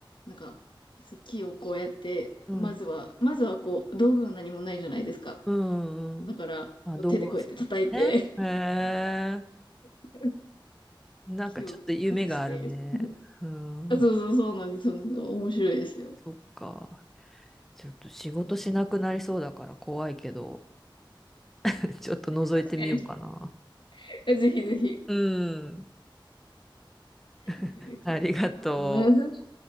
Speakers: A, on the left (about 65°); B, in the centre.
A: なんか、そう、木をこうやって、
B: うん
A: まずは、まずはこう、道具が何もないじゃないですか。
B: うんうん。
A: だから、
B: まあ、
A: こう手でこうやって叩いて、
B: 道具を使ってね。へえ。
A: <laughs>
B: なんかちょっと夢があるね。
A: 木を崩して。<laughs>
B: うん。
A: あそうそうそうなんです。そうなんです。面白いですよ。
B: そっか。ちょっと仕事しなくなりそうだから怖いけど、
A: おすすめです。
B: <laughs> ちょっと覗いてみようかな。
A: 確かに。<laughs> ぜひぜひ。
B: うん。
A: ありがとうございます。
B: <laughs> ありがとう。